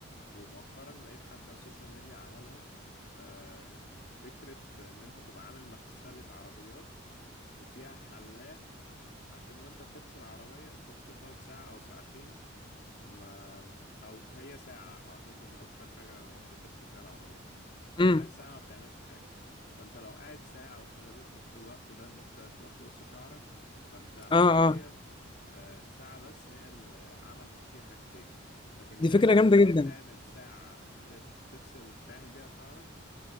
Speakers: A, on the left; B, on the left.
A: ومؤخرا لقيت حد على السوشيال ميديا عملها آه، فكره ان انت تبقى عامل مغسله عربيات وفيها حلاق عشان وانت بتغسل العربية انت ممكن تقعد ساعة او ساعتين ما او هي ساعة اعتقد اكتر حاجة وانت بتغسل بيها العربية فانت
B: امم
A: قاعد ساعة ما بتعملش حاجة فانت لو قاعد ساعة واستغلت الوقت ده ان انت تروح تقص شعرك فانت حرفيا
B: اه اه
A: آه، ساعة بس هي اللي عملت فيها حاجتين لكن
B: دي
A: دايما
B: فكرة جامدة
A: تروح
B: جدا
A: تعمل ساعة تغ- تغسل تعمل بيها شعرك